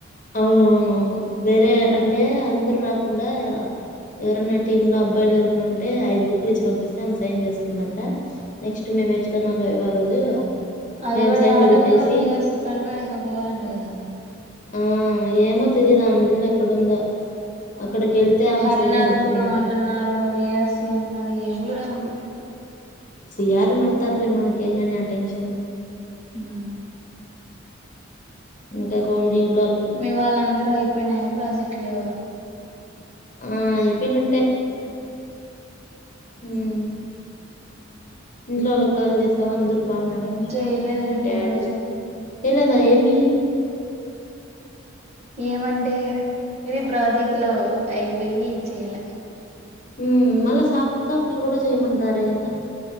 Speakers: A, on the left; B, on the right.
A: అవునవునవును వేరే
B: ఉమ్
A: అంటే అందరు రాకుండా ఎవరైన్నా టీమ్ లో అబ్బాయిలు ఎవరన్నా ఉంటే ఐదు బుక్లు ఇచ్చి పంపిస్తే ఆమె సైన్ చేస్తుందంట నెక్స్ట్ మేము ఎక్స్టర్నల్ వైవా రోజు
B: అదివడి
A: మేము సైన్లు
B: అడుగ
A: పెట్టేసి
B: వియాసి క అడుగ ఎక పోవాలంట కదా
A: ఆ ఏమో తెలీదు ఆ ఇల్ ఎక్కడుందో అక్కడికి వెళ్తే ఆమె
B: హరినాథపురం
A: సైన్ పెడుతుందంట
B: అంటున్నారు ఏఆర్సి అంటున్నారు ఏ ఊర్ ఆమెది
A: సి ఆర్లు పడతార్లే మనకేం కాని ఆ టెన్షన్
B: ఉమ్ము
A: ఇంకా కిమ్లిన్
B: మీ వాళ్ళందరూ అయిపోయినాయా ప్రాజెక్ట్లో
A: ఆ ఇయి పనిట్టే మ్మ్ ఇంట్లోల్లక్ కాల్ చేసావా అందరు బాగున్నారా మీ
B: చేయలేదు
A: మమ్మీ మీ
B: రెడ్డి
A: డ్యాడి
B: ఈ రోజు
A: చెలేదా ఏమీ
B: ఏమంటే ఇది ప్రాజెక్ట్ లో అయిపోయి చేయాల
A: ఉమ్ మళ్ళా సాఫ్ట్ కాపీలు కూడా చేయమంటరే దాన్